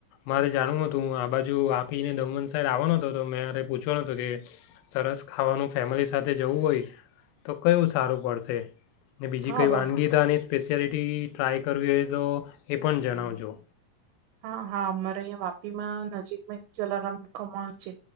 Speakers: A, on the left (about 85°); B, on the right (about 80°).
A: મારે જાણવું હતુંું આ બાજુ વાપીને દમણ સાઈડ આવવાનો હતો તો મારે પૂછવાનો હતું કે સરસ ખાવાનું ફેમિલી સાથે જવું હોય તો કયું સારું પડશે ને બીજી
B: હા,
A: કંઈ
B: વ
A: વાનગીતાની સ્પેશિયાલિટી ટ્રાય કરવી હોય તો એ પણ જણાવજો
B: હા હા અમારે અહં વાપીમાં નજીકમાં એક જલારામ કમણ છે